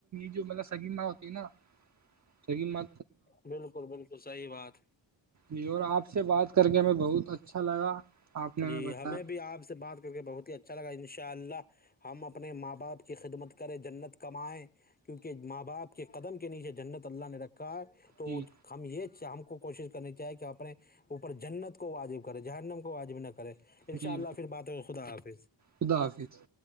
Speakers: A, on the right; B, on the left.
A: جو مطلب سگی م ہوتی نا سگ م
B: بالکل بالکل صحی بات
A: جی اور آپ سے بات کر کے ہمیں بہت اچھا لگا آپ نے
B: جی
A: بتایا
B: ہمیں بھی آپ سے بات کر کے بہت ہی اچھا لگا ان شاء اللہ ہم اپنے ماں باپ کی خدمت کریں جنت کمائیں کیونکہ ماں باپ کے قدم کے نیچے جنت اللہ نے رکھا ہے تو
A: جی
B: ہم یہ ہم کو کوشش کرنی چاہے کہ اپنے اوپر جنت کو واجب کرے جہرنم کو واجب نہ کرے ان
A: جی
B: شاء اللہ پھر بات ہو خدا حافظ
A: خدا حافظ